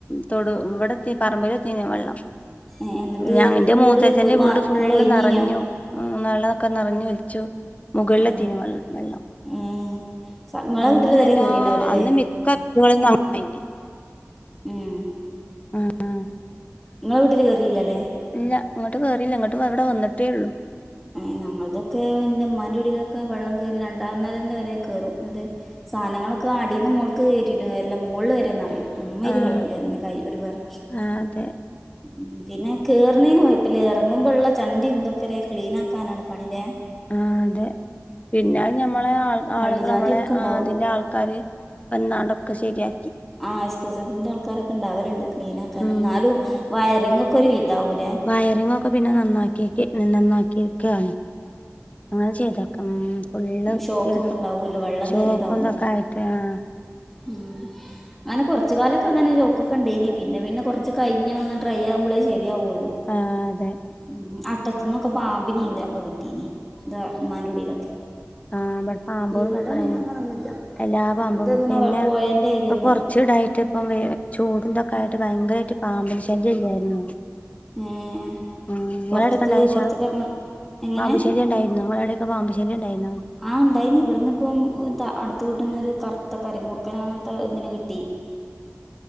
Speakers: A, on the left; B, in the centre.
A: തൊടു ഇവിടെത്തി പറമ്പിലെത്തീന്ന് വെള്ളം
B: ഏ എന്നിട്ട്
A: ഞാ എന്റെ
B: വീട്
A: മൂത്തച്ഛന്റെ
B: നിങ്ങൾ
A: വീട് ഫുള്ള്
B: ഒഴിഞ്ഞീനോ
A: നെറഞ്ഞു ആഹ് വെള്ളോക്കെ നെറഞ്ഞ് ഒലിച്ചു മുകളിലെത്തീന്ന്
B: ഏ
A: വെ വെള്ളം
B: ഏ സ- നിങ്ങളെ
A: അന്ന്
B: വീട്ടിൽ ഇതുവരെ
A: എല്ലാ
B: കയറിയിട്ടുണ്ടാവില്ല അല്ലേ
A: അന്ന് മിക്ക <unintelligible>
B: ഉം
A: ഉം
B: ങ്ങളെ വീട്ടില് കേറില്ലല്ലേ?
A: ഇല്ല ഇങ്ങട്ട് കേറില്ല. ഇങ്ങട്ട് ദാ അവിടെ വന്നിട്ടേള്ളു.
B: ഏഹ് ഞങ്ങൾതൊക്കെ, ന്റ ഉമ്മാന്റെ കുടീലൊക്കെ വെള്ളം കേറി രണ്ടാനെലേന്റെ വരെ കേറും. ന്നിട്ട് സാനങ്ങളൊക്കെ അടീന്ന് മോൾക്ക് കേറ്റിയിട്ടും കാര്യല്ല. മോള് വരെന്നറയും. അമ്മരി
A: ആ
B: വെള്ളം കേറീന്ന് കൈ ഒരു പ്രാവശ്യം.
A: ആ അതെ
B: ഉം പിന്നെ കേറണേന് കൊയപ്പല്ല്യ. എറങ്ങുമ്പള്ള ചണ്ടി എന്തൊക്കരെ ക്ലീൻ ആക്കാനാണ് പണീല്ലേ?
A: ഉം അതെ. പിന്നെ ഞമ്മളെ ആൾ ആളുകള്.
B: വള്ളിജാതി
A: നമ്മളെ
B: ഒക്കെ ഉണ്ടാവും
A: അഹ് അതിന്റെ ആൾക്കാര് വന്നാണ്ടൊക്കെ ശരിയാ
B: ആഹ് എസ് കെ എസ് എസ്സഫിന്റെ ആൾക്കാരൊക്കെ ഇണ്ടാവലുണ്ട് ക്ലീൻ ആക്കാന്.
A: ഉം
B: എന്നാലും വയറിംഗ് ഒക്കെ ഒരു വിധാവൂല്ലേ?
A: വയറിങ്ങ് ഒക്കെ പിന്നെ നന്നാക്കിക്കി നന്നാക്കിക്കാണ് അങ്ങനെ ചെയ്തേക്കാ. ഉം ഫുൾ
B: ഷോക്കൊക്കെ
A: <unintelligible>
B: ഉണ്ടാവുമല്ലോ വെള്ളം
A: ഷോക്കും
B: കയറിയതാവുമ്പോൾ
A: ഇതൊക്കെ ആയിട്ട്. ആഹ്
B: ഉം അങ്ങനെ കൊറച്ച് കാലൊക്കെ അങ്ങനെ ഷോക്കൊക്കെ ഉണ്ടയിന്. പിന്നെ പിന്നെ കൊറച്ച് കഴിഞ്ഞ് ഡ്രൈ ആവുമ്പോഴേ ശരിയാവൊള്ളു.
A: ആഹ് അതെ
B: ഉം ഉം. അട്ടത്ത്ന്നൊക്കെ പാമ്പിനീം ഇതിനൊക്കെ കിട്ടീന്. ഇന്റെ ഉമ്മാന്റെ കുടീലൊക്കെ
A: ആഹ് ബടെ പാമ്പാളും
B: ഇവിടെ
A: ഇതൊക്കെ ഉണ്ടായിന്നു
B: പിന്നെ അങ്ങനൊന്നുല്ല
A: എല്ലാ പാമ്പും.
B: ഇങ്ങൾത് അങ്ങനെ
A: പിന്നെ
B: പോയേന്റെ ഏരിയൊന്നല്ല
A: ഇപ്പ കൊറച്ച് ഇടായി ട്ട് ഇപ്പം വെ ചൂടുംന്തൊക്കായിട്ട് ഭയങ്കരായിട്ട് പാമ്പ് ല് ശല്യം ഇല്ലായിരുന്നു
B: ഏഹ്
A: ഉം നിങ്ങളുടെ
B: പൊറത്ത്ക്ക്
A: അവിടെക്കാണ്ടായോ
B: പൊറത്ത്ക്ക്
A: ച്ചാ?
B: എറങ്ങാ എങ്ങനെ
A: പാമ്പുശല്ല്യം ഇണ്ടായോ? നിങ്ങൾ അവിടെയൊക്കെ പാമ്പ് ശല്ല്യംണ്ടായിനോ?
B: ആഹ് ഉണ്ടായിന്ന് ഇവിടന്ന് ഇപ്പം എന്താ അടുത്ത് വീട്ടീന്നൊരു കറുത്ത കരിമൂർക്കനങ്ങനത്തെ ഒന്നിനെ കിട്ടി. <unintelligible>